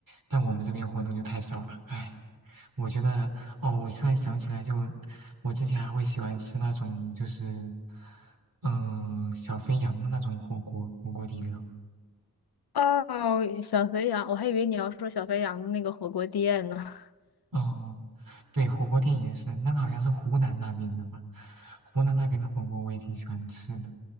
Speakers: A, on the right; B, on the left.
A: 但我们这边活动就太少了，唉。我觉得，哦，我突然想起来就，我之前还会喜欢吃那种，就是，嗯、小肥羊的那种火锅，火锅底料。
B: 哦，小肥羊，我还以为你要说小肥羊的那个火锅店呢。
A: 哦，对，火锅店也是，那个好像是湖南那边的吧？湖南那边的火锅我也挺喜欢吃的。